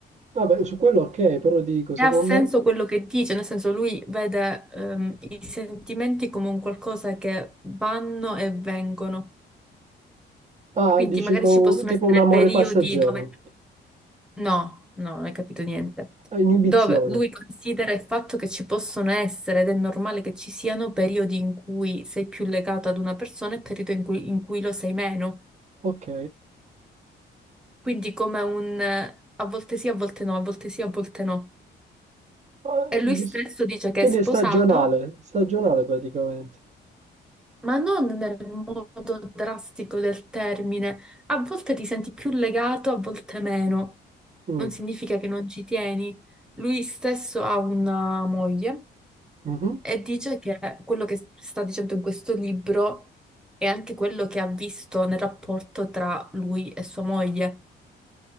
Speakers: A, on the right; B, in the centre.
A: Vabbè, su quello ok, però dico,
B: E
A: secondo,
B: ha senso quello che dice, nel senso lui vede ehm, i sentimenti come un qualcosa che vanno e vengono,
A: Ah,
B: quindi
A: dici
B: magari
A: co-
B: ci possono
A: tipo
B: essere
A: un amore
B: periodi
A: passeggero,
B: dove... No, no, non hai capito niente.
A: Ah, inibizione.
B: Dove lui considera il fatto che ci possono essere ed è normale che ci siano periodi in cui sei più legato ad una persona e periodi in cui, in cui lo sei meno.
A: Ok.
B: Quindi come un eh, a volte sì, a volte no, a volte sì, a volte no.
A: Ah,
B: E lui
A: dis-
B: stesso dice che
A: Quindi
B: è sposato.
A: è stagionale, stagionale praticamente.
B: Ma non nel modo drastico del termine. A volte ti senti più legato, a volte meno.
A: Mm,
B: Non significa che non ci tieni. Lui stesso ha una moglie
A: mhm.
B: e dice che quello che sta dicendo in questo libro è anche quello che ha visto nel rapporto tra lui e sua moglie.